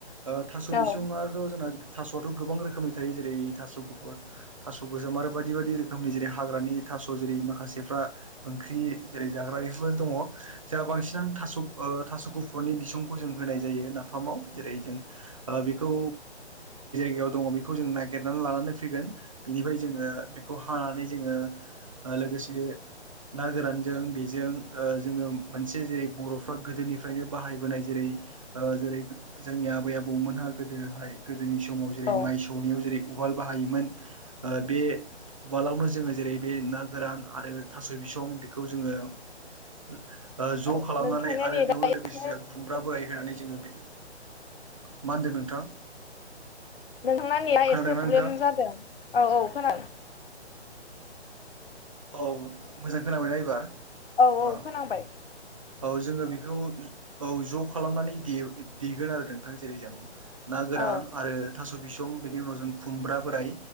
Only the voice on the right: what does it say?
ओ थास'
बिसङाथ' जोंना थास'आथ' गोबां रोखोमनि थायो जेरै थास' गुफुर थास' गोसोम आरो बायदि बायदि रोखोमनि जेरै हाग्रानि नि थास' जेरै माखासेफ्रा ओंख्रि जै जाग्रा एफोर दङ जों बांसिनानो थास' ओ थास' गुफुरनि बिसंखौ जों होनाय जायो नाफामाव जेरै जों ओ बे खौ याव दङ बेखौ जों नागिरनानै लानानै फैगोन बिनिफ्राय जोङो बेखौ हानानै जोङो ओ लोगोसे ना गोरानजों बेजों जोङो मोनसे जे बर'फ्रा गोदोनिफ्रायनो बाहायबोनाय जेरै ओ जेरै जोंनि आबै आबौमोनहा गोदोहाय जोंनि समाव जेरै
माइ सौनायाव जेरै उवाल बाहायोमोन ओ बे उवालावनो जोङो जेरै बे ना गोरान आरो थास' बिसं बेखौ जोङो ओ ज'
खालामनानै
आरो
बेयावनो
लोगोसे जों खुमब्रा बोराय होनानै जोङो मा होनदों नोंथां
खोनादोंना
नोंथां
औ मोजां खोनाबायना एबार अ
औ जोङो बेखौ औ ज' खालामनानै दे देगोन आरो नोंथां जेरै जों ना गोरान
आरो थास' बिसं बेनि उनाव जों खुमब्रा बोराय